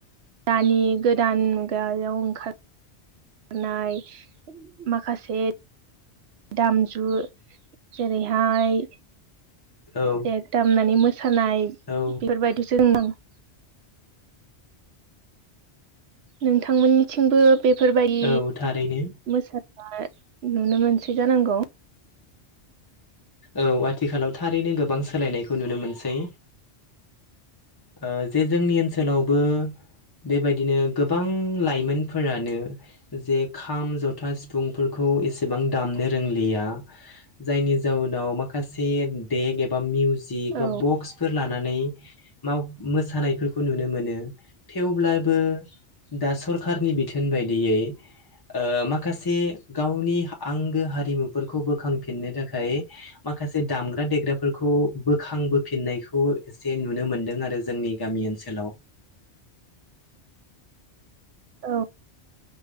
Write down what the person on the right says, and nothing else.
दानि गोदान मुगायाव ओंखार नाय माखासे दामजु जेरैहाय
देग दामनानै मोसानाय
बेफोरबायदिसो जों <unintelligible> नोंथांमोननिथिंबो बेफोरबायदि
मोसा नाय नुनो मोनसै जानांगौ
औ
औ